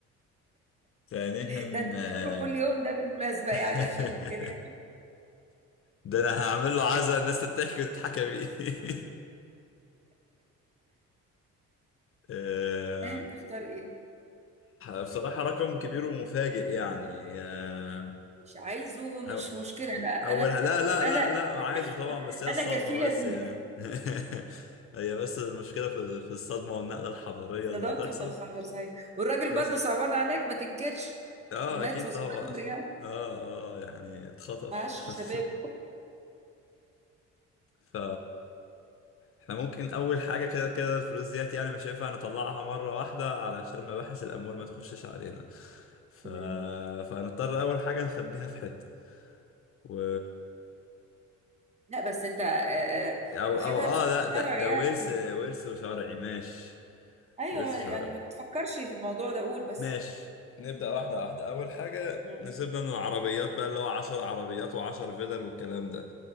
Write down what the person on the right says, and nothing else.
ده انت
تزوره كل يوم ده بالمناسبة
يعني عشان الكلام
ها تختار ايه
مش عايزه مش
مشكلة
انا انا
انا
انا
كفيلة
بيه
صدمت
من الخبر صحيح والراجل
برضه صعبان عليك ما تنكرش
مات
وصغير
يعني
معاش شباب
<laughs> مم.
لا بس انت آه، آه،
واخدها
بشكل
شرعي
يعني
ايوه
يعني ما تفكرش في الموضوع ده قول بس
مم.